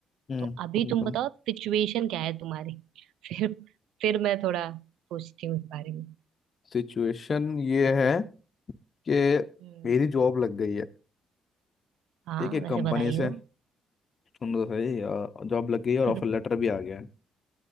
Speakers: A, on the left (about 45°); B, on the right (about 80°).
A: हम्म
B: तो अभी
A: बिल्कुल।
B: तुम बताओ सिचुएशन क्या है तुम्हारी <laughs> फिर फिर मैं थोड़ा सोचती हूँ इस बारे में
A: सिचुएशन ये है कि
B: हम्म
A: मेरी जॉब लग गई है
B: हाँ
A: ठीक है कंपनी
B: वैसे बधाई
A: से
B: हो
A: सुन लो सही जॉब लग गई है और
B: <laughs>
A: ऑफर लेटर भी आ गया है